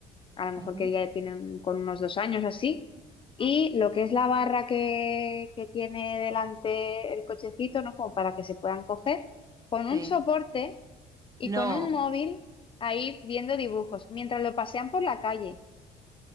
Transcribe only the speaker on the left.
a lo mejor
que ya tienen con unos dos años así, y lo que es la barra que, que tiene delante el cochecito, ¿no? Como para que se puedan coger, con un
soporte y
con un móvil ahí viendo dibujos, mientras lo pasean por la calle.